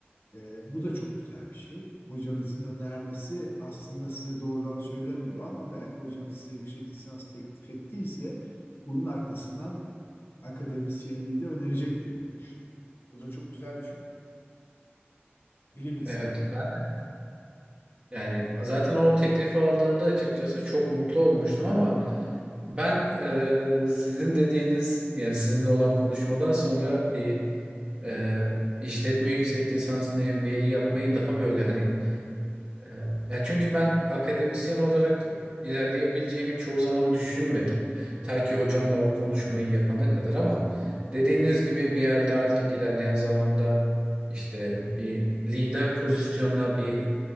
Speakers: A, on the left (about 60°); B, on the right (about 25°).
A: Ee, bu da çok güzel bir şey. Hocanızın önermesi aslında size doğrudan söylemiyor ama belki hocanız size yüksek lisans teklif ettiyse bunun arkasından akademisyenliği de önerecektir diye düşünüyorum. Bu da çok güzel bir şey. olur. Bilim insanı
B: Evet
A: olmak
B: ben
A: yani.
B: yani zaten o teklifi aldığımda açıkçası çok mutlu olmuştum ama ben e, sizin dediğiniz yani sizinle olan konuşmadan sonra bir e, işletme yüksek lisansını MBA'yi yapmayı daha böyle hani Aha. Ya çünkü ben akademisyen olarak ilerleyebileceğimi çoğu zaman düşünmedim. Ta ki hocamla o konuşmayı yapana kadar ama dediğiniz gibi bir yerde artık ilerleyen zamanda işte bir lider pozisyonuna bir